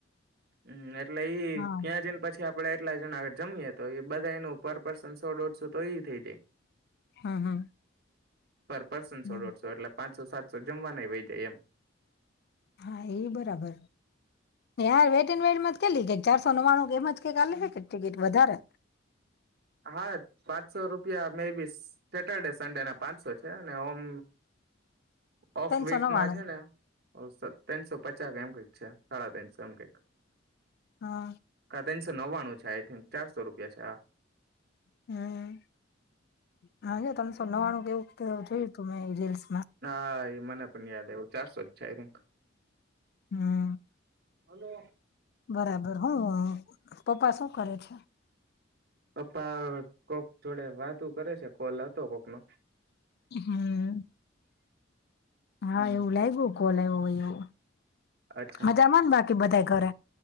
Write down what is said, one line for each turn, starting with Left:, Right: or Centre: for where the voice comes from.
Right: હમ એ ટ લઈ
Left: હા
Right: પછી આપડે એટલા જણા આ જમીએ તો એ બધાનું પર પર્સન સો દોઢસો તો એ થઈ જાય
Left: હા હા
Right: પર પર્સન
Left: હમ
Right: સો દોઢસો એટલે પાંચ સાચસો સાતસો જમવા ન વહી જાય એમ
Left: હા એ બરાબર યાર વેટ એ વેટમાં જ કેલી કે ચારસો નવાણું એમાં જ કઈક ચાલે છે કે ટિકિટ વધારે
Right: હા પાંચસો રૂપિયા મે બી સેટરડે સન્ડે ના પાંચસો છે અને ઓમ ઓફ
Left: ત્રણસો
Right: વેક
Left: નવ્વાણું
Right: માં છે ને ત્રણસો પચાસ એમ કઈક છે સાડા ત્રનસો એમ કઈક
Left: હા
Right: ત્રસો નવ્વાણું છે આઈ થિક ચારસો રૂપિયા છે આ
Left: હમ હા તમ તો નવાણું કેવું કે જોયું મેં રિયલ્સ
Right: હા મને પણ યાદ આવ્યું ચારસો જ છે કંક
Left: હમ
Right: હલો
Left: બરાબર હું પપ્પા શું કરે છે
Right: અપા કોક જોડે વાતું કરે છે, કોલ હતો કોક નો
Left: હમ્મ હા
Right: હમ
Left: એવું લાગ્યું કોલે આવો હોયું એવું
Right: અચ્છા
Left: મજામાં બાકી બધા ઘર